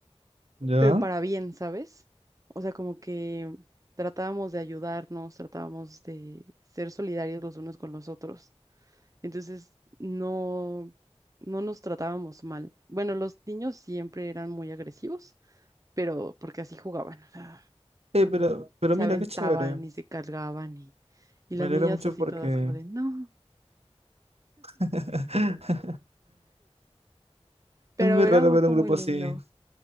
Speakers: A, on the right (about 70°); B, on the right (about 30°).
A: Ya.
B: pero para bien, ¿sabes? O sea, como que tratábamos de ayudarnos, tratábamos de ser solidarios los unos con los otros. Entonces, no, no nos tratábamos mal. Bueno, los niños siempre eran muy agresivos, pero porque así jugaban, o sea,
A: Eh, pero, pero
B: se
A: mira,
B: aventaban
A: qué chévere.
B: y se cargaban y, y las
A: Me alegra
B: niñas
A: mucho
B: así
A: porque
B: todas como de, no,
A: <laughs>
B: pero
A: es muy
B: era
A: raro
B: un grupo
A: ver un
B: muy
A: grupo
B: lindo.
A: así.